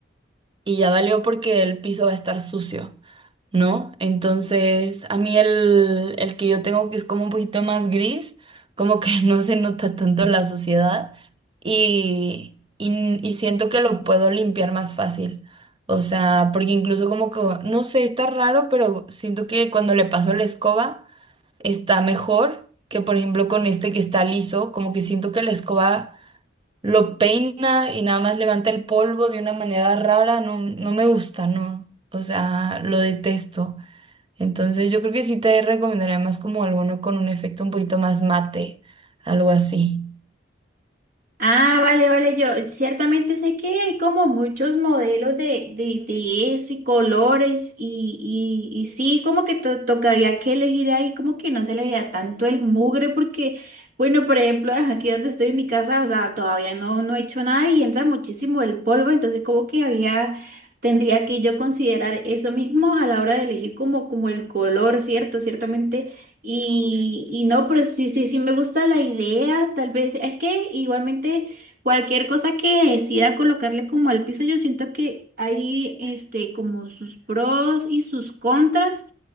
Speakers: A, on the right; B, on the right.
A: y ya valió porque el piso va a estar sucio, ¿no? Entonces, a mí el, el que yo tengo que es como un poquito más gris, como que <laughs> no se nota tanto la suciedad y, y, y siento que lo puedo limpiar más fácil. O sea, porque incluso como que, no sé, está raro, pero siento que cuando le paso la escoba, está mejor que, por ejemplo, con este que está liso, como que siento que la escoba lo peina y nada más levanta el polvo de una manera rara, no, no me gusta, no, o sea, lo detesto. Entonces yo creo que sí te recomendaría más como alguno con un efecto un poquito más mate, algo así.
B: Ah, vale, vale, yo ciertamente sé que hay como muchos modelos de, de, de eso y colores y, y, y sí, como que to- tocaría que elegir ahí, como que no se le veía tanto el mugre porque, bueno, por ejemplo, ajá, aquí donde estoy en mi casa, o sea, todavía no, no he hecho nada y entra muchísimo el polvo, entonces como que había, tendría que yo considerar eso mismo a la hora de elegir como, como el color, ¿cierto? Ciertamente. Y, y no, pero sí, sí, sí me gusta la idea, tal vez, es que igualmente cualquier cosa que decida colocarle como al piso, yo siento que hay este como sus pros y sus contras.